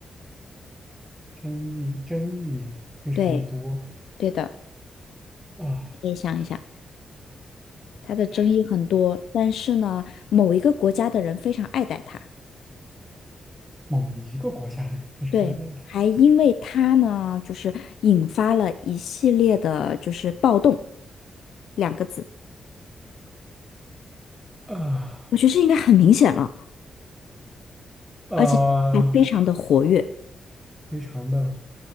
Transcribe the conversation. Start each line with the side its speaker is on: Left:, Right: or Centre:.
Centre: 争议争议非常的多
Left: 对，对的，
Centre: 啊，
Left: 可以想一想。它的争议很多，
Centre: 他
Left: 但是呢，某一个国家的人非常爱戴它，
Centre: 某一个国家的人非常爱戴他
Left: 对，还因为它呢，就是引发了一系列的，就是暴动两个字，
Centre: 啊
Left: 我觉得这应该很明显了，
Centre: 呃，
Left: 而且还非常的活跃，
Centre: 非常的